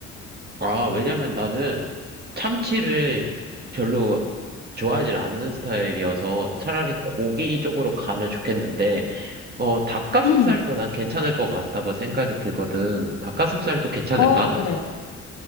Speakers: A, on the right; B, on the left.
A: 아, 왜냐면 나는 참치를 별로 좋아하지 않는 스타일이어서 차라리 고기 쪽으로 가면 좋겠는데, 어, 닭가슴살도
B: 음,
A: 난 괜찮을 것 같다고 생각이 들거든. 닭가슴살도 괜찮을까?
B: 어, 그래.